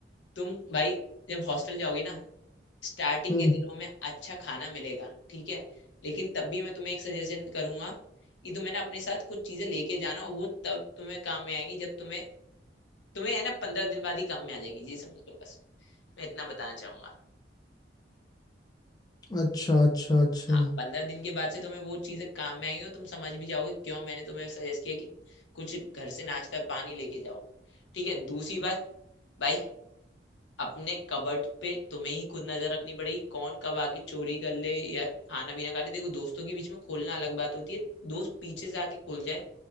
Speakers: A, on the left; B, on the left.
A: तुम भाई जब हॉस्टल जाओगे ना स्टार्टिंग
B: हम्म,
A: के दिनों में अच्छा खाना मिलेगा ठीक है लेकिन तब भी मैं तुम्हें एक सजेशन करूंगा कि तुम्हें ना अपने साथ कुछ चीजें लेके जाना और वो तब तुम्हें काम में आएंगी जब तुम्हें तुम्हें है ना पंद्रह दिन बाद ही काम में आ जाएंगी जी समझ लो बस मैं इतना बताना चाहूंगा
B: अच्छा अच्छा अच्छा
A: हाँ पंद्रह दिन के बाद से तुम्हें वो चीजें काम में आएंगी और तुम समझ भी जाओगे क्यों मैंने तुम्हें सजेस्ट किया कि कुछ घर से नाश्ता पानी लेके जाओ ठीक है दूसरी बात भाई अपने कबर्ड पे तुम्हें ही खुद नजर रखनी पड़ेगी कौन कब आके चोरी कर ले या खाना पीना खा ले देखो दोस्तों के बीच में खोलना अलग बात होती है दोस्त पीछे से आके खोल जाए